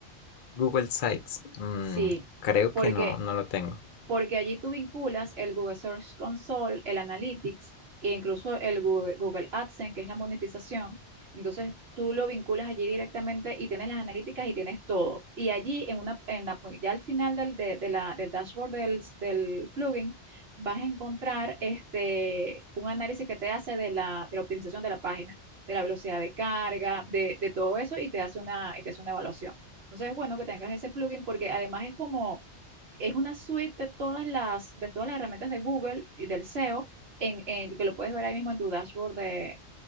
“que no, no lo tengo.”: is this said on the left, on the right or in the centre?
Left